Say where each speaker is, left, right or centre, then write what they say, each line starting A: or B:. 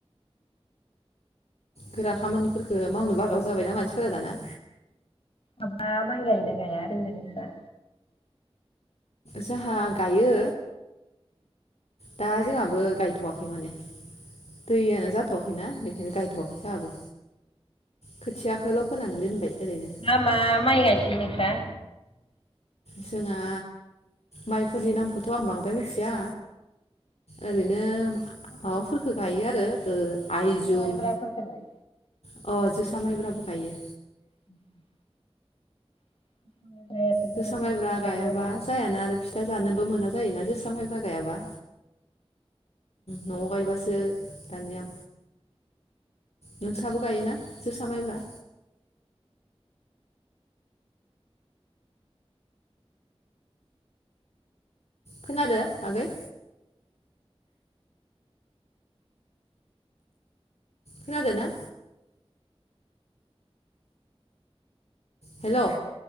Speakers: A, on the left; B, on the left.
A: गोरा खामानिफोरखौ मावनो बाग्रा जाबायनाा मानसिफोरा दाना
B: माबा माइ गायनो गाया ओरैनो नोंस्रा?
A: जोंहा गायो। दा जोंहाबो गायथवाखै माने दैयानो जाथवाखैना गायथवाखै जोंहाबो। खोथियाखौल' फोनानै दोनबाय ओरैनो
B: मा मा माइ गायसोयो नोंस्रा?
A: जोंहा माइफोरनि नामखौथ आं बांद्राय मिथिया। ओरैनो माबाफोरखौ गायो आरो। ओ आइजुम
B: माइब्राफोरखौलाय?
A: अ जोसा माइब्राबो गायो।
B: उम <inaudible> बर'फोरनि
A: जोसा माइब्रा
B: थाखायो
A: गायाबा
B: नालाय
A: जायाना आरो फिथा जानोबो मोना जायोना जोसा माइब्रा गायाबा नयाव गायबासो दानिया नोंसाबो गायोना जोसा मायब्रा? खोनादों आगै? खानादो ना? हेलौ